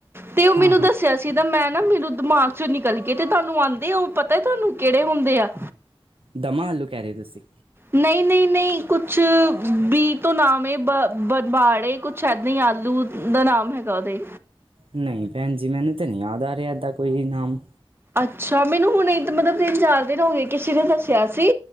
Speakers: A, on the right; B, on the right.
A: ਤੇ ਓ ਮੈਨੂੰ
B: ਹਾਂ ਹਾਂ
A: ਦੱਸਿਆ ਸੀ। ਜਿੱਦਾਂ ਮੈਂ ਨਾ ਮੈਨੂੰ ਦਮਾਕ ਚੋਂ ਨਿਕਲ ਕੇ ਤੇ ਤਾਨੂੰ ਆਂਦੇ ਆ ਓ ਪਤਾ ਤਹਾਨੂੰ ਕੇੜੇ ਹੁੰਦੇ ਆ।
B: ਦਮਾ ਆਲੂ ਕੈ ਰਏ ਓਂ ਤੁਸੀਂ।
A: ਨਈਂ-ਨਈਂ-ਨਈਂ ਕੁਛ ਬੀ ਤੋਂ ਨਾਮ ਐ ਬਾ-ਬ-ਬਾੜੇ ਕੁਛ ਛੰਨੀ ਆਲੂ ਦਾ ਨਾਮ ਹੈਗਾ ਓਦੇ।
B: ਨਈਂ ਭੈਨ ਜੀ ਮੈਨੂੰ ਤਾਂ ਨੀ ਯਾਦ ਆ ਰਿਆ ਏਦਾਂ ਕੋਈ ਵੀ ਨਾਮ।
A: ਅੱਛਾ ਮੈਨੂੰ ਹੁਨ ਇਕ ਮਤਲਬ ਤਿੰਨ-ਚਾਰ ਦਿਨ ਹੋ ਗਏ ਕਿਸੀ ਨੇ ਦੱਸਿਆ ਸੀ।